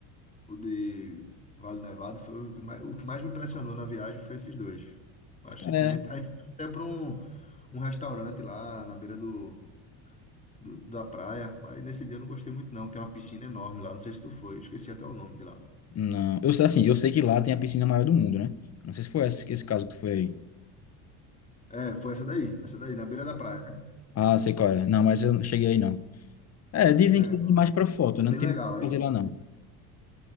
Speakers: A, on the left; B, on the left.
A: O de Vale Nevado foi o que mais, o que mais me impressionou na viagem foi esses dois. Eu acho
B: É.
A: que sim. A gente a gente foi até para um, um restaurante lá na beira do, do- da praia, mas nesse dia eu não gostei muito não. Tem uma piscina enorme lá, não sei se tu foi, eu esqueci até o nome de lá.
B: Não, eu sei assim, eu sei que lá tem a piscina maior do mundo, né? Não sei se foi esse, esse caso que tu foi aí.
A: É, foi essa daí, essa daí, na beira da praia, né?
B: Ah, sei qual é. Não, mas eu não cheguei aí, não. É, dizem
A: Bem legal
B: que é demais
A: lá.
B: pra foto, né?
A: Bem
B: Não tem
A: legal,
B: muito
A: aí.
B: pra de lá, não.